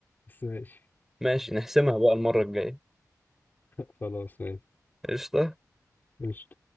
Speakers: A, on the left (about 30°); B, in the centre.
A: بس ماشي
B: ماشي نحسمها بقى المرة الجاية
A: <laughs> خلاص ماشي
B: قشطة
A: ماشي